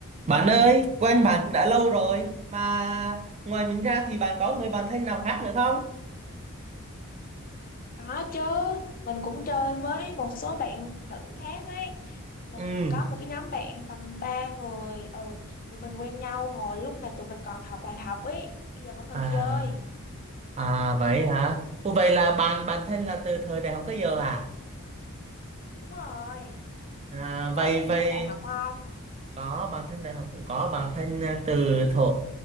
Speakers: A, on the right; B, on the left.
A: Bạn ơi, quen bạn cũng đã lâu rồi mà ngoài mình ra thì bạn có người bạn thân nào khác nữa không?
B: Có chứ, mình cũng chơi với một số bạn nữ khác ấy. Mình
A: Ừ.
B: có một cái nhóm bạn tầm 3 người, ừ, tụi mình quen nhau hồi lúc mà tụi mình còn học đại học ấy, bây giờ vẫn còn
A: À,
B: chơi.
A: à vậy hả? Ủa, vậy là bạn bạn
B: Ừ,
A: thân là từ thời đại học tới giờ à?
B: đúng rồi,
A: À
B: bạn
A: vậy
B: có bạn
A: vậy
B: thân đại học không?
A: có bạn thân đại học cũng có bạn thân à, từ thuở